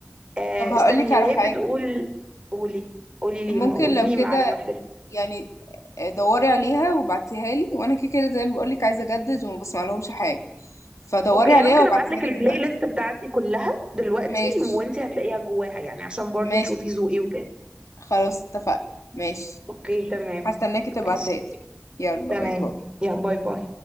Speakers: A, on the right (about 20°); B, on the left (about 90°).
A: آه
B: طب هقولك
A: استني
B: على
A: اللي
B: حاجة
A: هي بتقول قولي قولي لي
B: ممكن
A: قولي
B: لو كده
A: لي على ما افتكر
B: يعني آه، دوري عليها وبعتيها لي وانا كده كده زي ما بقولك عايزة اجدد وما بسمع لهمش حاجة فدوري
A: اوكي
B: عليها
A: انا ممكن
B: وابعتيها
A: ابعت لك
B: لي
A: البلاي
B: دلوقتي
A: ليست بتاعتي كلها دلوقتي
B: ماشي
A: وانت هتلاقيها جواها يعني عشان برضو
B: ماشي
A: تشوفي ذوقي وكده
B: خلاص اتفقنا ماشي
A: اوكي تمام
B: هستناكي تبعتها
A: ماشي
B: لي يلا
A: تمام
B: باي باي
A: يلا باي باي